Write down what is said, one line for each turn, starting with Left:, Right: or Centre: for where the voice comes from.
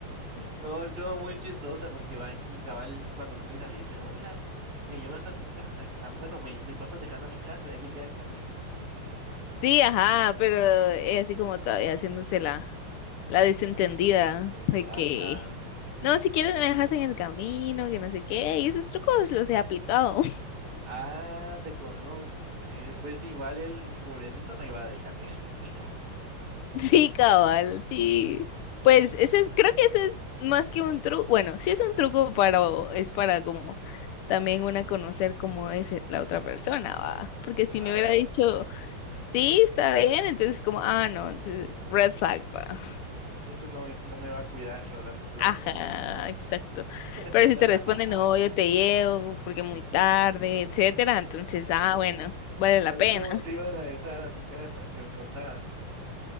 Right: No, estuvo muy chistosa porque van y cabal cuando lo mira le dice, hola, me llevas a tu casa. Ah, bueno, me, me pasas dejando a mi casa ya que queda en camino.
Left: Sí, ajá, pero es así como todavía haciéndose
Right: Ujú,
Left: la,
Right: ujú.
Left: la desentendida
Right: Eh,
Left: de
Right: ajá.
Left: que No, si quieres me dejas en el camino, que no sé qué, y esos trucos los he aplicado. <laughs>
Right: Ah, te conozco. Y después igual el pobrecito no iba a dejarte en el camino.
Left: Sí, cabal, sí. Pues ese es, creo que ese es más que un truco, bueno, sí es un truco para, es para como también una conocer cómo es e- la otra persona, va. Porque
Right: Ah,
Left: si me hubiera dicho,
Right: ah,
Left: sí, está bien, entonces como, ah, no, entonces
Right: ah,
Left: red flag, va.
Right: ese no me, no me va a cuidar a largo plazo.
Left: Ajá, exacto.
Right: <laughs>
Left: Pero si te responde, no, yo te llevo porque muy tarde,
Right: Mm.
Left: etcétera, entonces, ah, bueno, vale la
Right: Así
Left: pena.
Right: como te iban a dejar a tu casa, que me contabas.